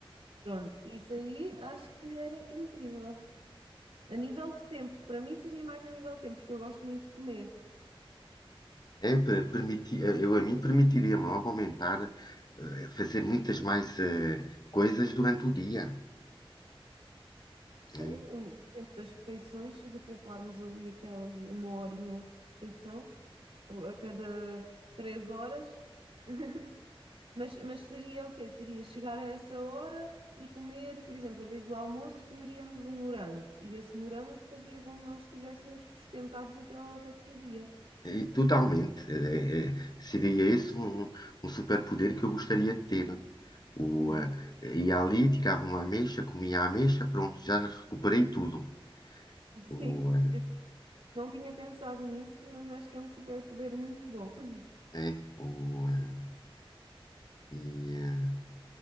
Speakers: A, on the right; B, on the left.
A: pronto, isso aí acho que era incrível. A nível de tempo, para mim seria mais a nível de tempo, porque eu gosto muito de comer.
B: É, pe- permiti- eh, eu a mim permitiria-me logo aumentar, eh, fazer muitas mais eh, coisas durante o dia.
A: Sim,
B: né?
A: o o tempo das refeições, se de pouparmos ali aquelas uma horinha de refeição pô, a cada três horas. <laughs> Mas, mas seria o quê? Seria chegar a essa hora e comer, por exemplo, em vez do almoço, comeríamos um morango. E esse morango fazia com que nós estivéssemos sustentados até ao resto do dia.
B: E, totalmente. É, é, seria esse um, um superpoder que eu gostaria de ter. O,
A: Uhum.
B: ah, ia ali, tirava uma ameixa, comia a ameixa, pronto, já recuperei tudo.
A: <laughs>
B: O,
A: Sim,
B: ah,
A: esse- não tinha pensado nisso, mas acho que é um superpoder muito bom. <laughs>
B: é, o, ah, e, ah,